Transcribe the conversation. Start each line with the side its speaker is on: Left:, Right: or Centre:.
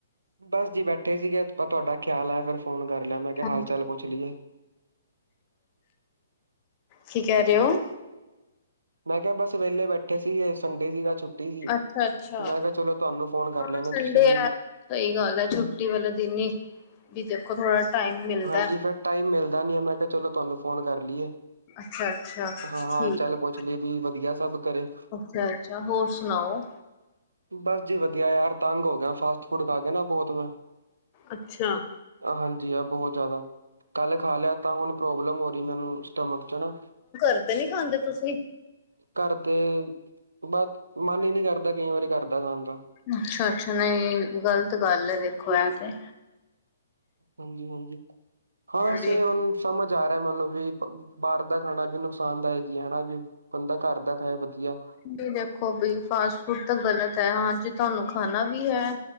Right: ਬਸ ਜੀ ਬੈਠੇ ਸੀਗੇ, ਆਪਾਂ ਤੁਹਾਡਾ ਖਿਆਲ ਆ ਫਿਰ ਫੋਨ ਕਰ ਲਿਆ, ਮੈਂ ਕਿਹਾ
Left: ਹਾਂਜੀ,
Right: ਹਾਲ-ਚਾਲ ਪੁੱਛ ਲਈਏ?
Left: ਕੀ ਕਹਿ ਰਹੇ ਹੋ?
Right: ਮੈਂ ਕਿਹਾ ਬਸ ਵੇਹਲੇ ਬੈਠੇ ਸੀਗੇ, ਸੰਡੇ ਸੀਗਾ ਛੁੱਟੀ ਸੀ।
Left: ਅੱਛਾ ਅੱਛਾ
Right: ਮੈਂ ਕਿਹਾ ਚਲੋ ਤੁਹਾਨੂੰ ਫੋਨ ਕਰ
Left: ਹਾਂ
Right: ਲੈਂਨੇਆਂਂ,
Left: ਸੰਡੇ
Right: ਤੁਸੀਂ ਵੀ
Left: ਆ ਸਹੀ ਗੱਲ ਹੈ, ਛੁੱਟੀ ਵਾਲੇੇ ਦਿਨ ਹੀ ਦੇਖੋ ਥੋੜਾ ਟਾਈਮ ਮਿਲਦਾ
Right: ਹਾਂਜੀ ਫਿਰ ਟਾਈਮ ਮਿਲਦਾ ਨਹੀਂ, ਮੈਂ ਕਿਹਾ ਚਲੋ ਤੁਹਾਨੂੰ ਫੋਨ ਕਰ ਲਈਏ।
Left: ਅੱਛਾ ਅੱਛਾ
Right: ਹਾਂ ਹਾਲ
Left: ਠੀਕ
Right: ਚਾਲ
Left: ਹੈ।
Right: ਪੁੱਛ ਲਏ ਵੀ ਵਧੀਆ ਸਭ ਘਰੇ।
Left: ਅੱਛਾ -ਅੱਛਾ ਹੋਰ ਸੁਣਾਓ?
Right: ਬਸ ਜੀ ਵਧੀਆ ਯਾਰ, ਤੰਗ ਹੋ ਗਿਆ ਫਾਸਟ ਫੂਡ ਖਾ ਕੇ ਨਾ ਬਹੁਤ ਮੈਂ
Left: ਅੱਛਾ।
Right: ਹਾਂਜੀ ਆ ਬਹੁਤ ਜ਼ਿਆਦਾ। ਕੱਲ੍ਹ ਖਾ ਲਿਆ ਤਾਂ ਹੁਣ ਪ੍ਰੋਬਲਮ ਹੋ ਰਹੀ ਮੈਨੂੰ ਸਟਮਕ ਚ ਨਾ।
Left: ਅਗੇ ਨੀ ਖਾਂਦੇ ਤੁਸੀਂ?
Right: ਘਰਦੇ, ਬਸ ਮਨ ਹੀ ਨਹੀਂ ਕਰਦਾ ਕਈ ਵਾਰੀ ਘਰਦਾ ਖਾਣ ਦਾ।
Left: ਅੱਛਾ -ਅੱਛਾ ਨਹੀਂ ਗ਼ਲਤ ਗੱਲ ਹੈ ਦੇਖੋ ਇਹ ਤੇ।
Right: ਹਾਂਜੀ -ਹਾਂਜੀ ਹਾਂ, ਵੈਸੇ
Left: ਵੀ
Right: ਹੁਣ ਸਮਝ ਆ ਰਿਹਾ ਮੈਨੂੰ ਵੀ ਬਾਹਰ ਦਾ ਖਾਣਾ ਵੀ ਨੁਕਸਾਨ ਦਾਇਕ ਹੀ ਹਨਾ, ਵੀ ਬੰਦਾ ਘਰ ਦਾ ਖਾਏ ਵਧੀਆ।
Left: ਨਦੇਖੋ ਬਈ, ਫਾਸਟ ਫੂਡ ਤਾਂ ਗ਼ਲਤ ਹੈ, ਹਾਂ ਜੇ ਤੁਹਾਨੂੰ ਖਾਣਾ ਵੀ ਹੈ